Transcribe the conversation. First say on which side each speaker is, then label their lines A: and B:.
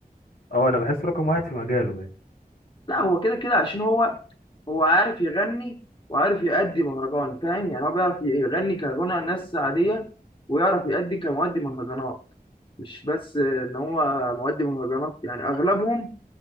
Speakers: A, on the left; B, on the left.
A: اه انا بحس رقم واحد في مجاله يعني
B: لا هو كده كده عشان هو هو عارف يغني وعارف يأدي مهرجان فاهم يعني هو بيعرف يغني كغنى ناس عاديه ويعرف يأدي كمؤدي مهرجانات مش بس ان هو مؤدي مهرجانات يعني اغلبهم